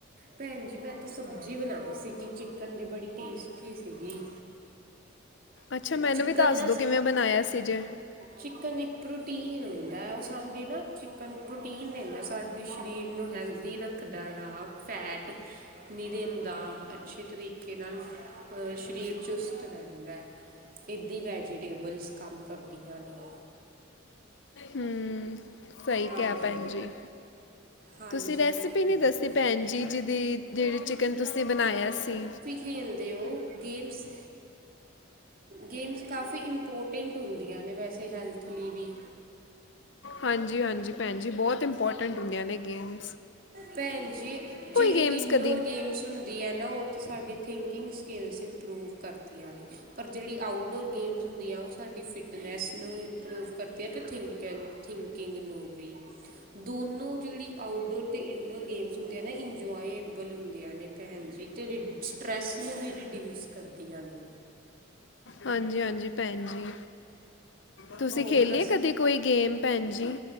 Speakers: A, on the right; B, on the left.
A: ਭੈਣ ਜੀ, ਮੈਂ ਤਾਂ ਸਬਜ਼ੀ ਬਣਾਈ ਸੀਗੀ ਚਿਕਨ ਦੀ, ਬੜੀ ਟੇਸਟੀ ਸੀਗੀ
B: ਅੱਛਾ, ਮੈਨੂੰ
A: ਚਿਕਨ
B: ਵੀ ਦੱਸ
A: ਨਾ
B: ਦੋ ਕਿਵੇਂ ਬਣਾਇਆ ਸੀ ਜੇ?
A: ਚਿਕਨ, ਇੱਕ ਪ੍ਰੋਟੀਨ ਹੁੰਦਾ, ਉਹ ਸਾਡੇ ਨਾ ਪ੍ਰੋਟੀਨ ਦਿੰਦਾ, ਸਾਡੇ ਸਰੀਰ ਨੂੰ ਹੈਲਦੀ ਰੱਖਦਾ ਆ, ਫੈਟ ਨਈ ਦਿੰਦਾ, ਅੱਛੇ ਤਰੀਕੇ ਨਾਲ, ਸਰੀਰ ਚੁਸਤ ਰਹਿੰਦਾ ਹੈ ਇੱਦਾ ਵੈਜੀਟੇਬਲਸ, ਕੰਮ ਕਰਦੀਆਂ ਨੇ
B: ਹਮ, ਸਹੀ
A: ਹਾਂਜੀ
B: ਕਿਹਾ, ਭੈਣ ਜੀ।
A: ਹਾਂਜੀ
B: ਤੁਸੀਂ, ਰੈਸਪੀ
A: ਭੈਣ
B: ਨਈ ਦੱਸੀ
A: ਜੀ
B: ਭੈਣ ਜੀ‌, ਜਿਦੀ ਜਿਹੜੀ ਚਿਕਨ ਤੁਸੀਂ ਬਣਾਇਆ ਸੀ।
A: ਕੀ ਖੇਲਦੇ ਓ, ਗੇਮਸ ਗੇਮਸ, ਕਾਫ਼ੀ ਇੰਪੋਰਟੈਂਟ ਹੁੰਦੀਆਂ ਨੇ ਵੈਸੇ, ਹੈਲਥ ਲਈ ਵੀ
B: ਹਾਂਜੀ -ਹਾਂਜੀ ਭੈਣ ਜੀ, ਬਹੁਤ ਇੰਪੋਰਟੈਂਟ ਹੁੰਦੀਆਂ, ਨੇ ਗੇਮ‌
A: ਭੈਣ ਜੀ, ਜਿਹੜੀ
B: ਗੇਮਸ
A: ਇੰਡੋ
B: ਕਦੀ
A: ਗੇਮਸ ਸੁਣਦੀ ਹੈ ਨਾ, ਉਹ ਤਾਂ ਸਾਡਡੀ ਥਿੰਕਿੰਗ ਸਕਿੱਲਸ ਇੰਪਰੂਵ ਕਰਦੀਆਂ ਨੇ। ਪਰ ਜਿਹੜੀ ਆਊਟਡੋਰ ਗੇਮਸ ਹੁੰਦੀਆਂ ਉਹ ਸਾਡੀ ਫਿਟਨੈਸ ਨੂੰ ਇੰਪਰੂਵ ਕਰਦੀ ਆ ਅਤੇ ਥਿੰਕ। ਥਿੰਕਿੰਗ ਨੂੰ ਵੀ ਦੋਨੋਂ ਜਿਹੜੀ ਆਊਟਡੋਰ ਤੇ ਇਨਡੋਰ ਗੇਮਸ ਹੁੰਦੀਆਂ ਨਾ ਇੰਜੋਏਬਲ ਹੁੰਦੀਆਂ ਨੇ ਭੈਣ ਜੀ, ਤੇ ਰਿਟਸ ਸਟਰੈੱਸ ਨੂੰ ਵੀ ਰਿਡਿਊਸ ਕਰਦੀਆਂ ਨੇ।
B: ਹਾਂਜੀ-ਹਾਂਜੀ, ਭੈਣ ਜੀ ਤੁਸੀਂ
A: ਹੋਰ
B: ਖੇਲੇਿਆ
A: ਦੱਸ
B: ਕਦੇ ਕੋਈ ਗੇਮ ਭੈਣ ਜੀ?